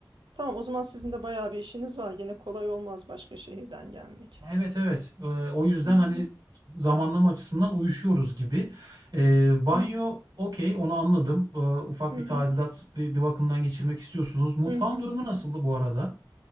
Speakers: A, on the right; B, on the right.
A: Tamam o zaman sizin de bayağı bir işiniz var. Gene kolay olmaz başka şehirden gelmek.
B: Evet evet. Ee, o yüzden
A: Hı hı,
B: hani zamanlama açısından uyuşuyoruz gibi. Ee, banyo
A: hı
B: okey onu anladım. Ee, ufak
A: hı,
B: bir tadilat ve bir bakımdan geçirmek istiyorsunuz. Mutfağın
A: hı hı.
B: durumu nasıldı bu arada?